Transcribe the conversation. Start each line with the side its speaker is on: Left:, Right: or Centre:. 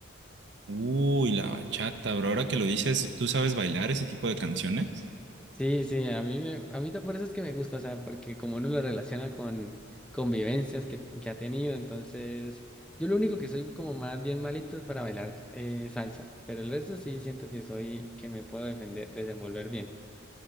Right: Uy, la bachata, bro, ahora que lo dices, ¿tú sabes bailar ese tipo de canciones?
Centre: Sí, sí, a mí me, a mí ta- por eso es que me gusta, o sea, porque como uno lo relaciona con convivencias que, que ha tenido, entonces yo lo único que soy como más bien malito es para bailar eh, salsa, pero el resto sí siento que soy, que me puedo defender, desenvolver bien.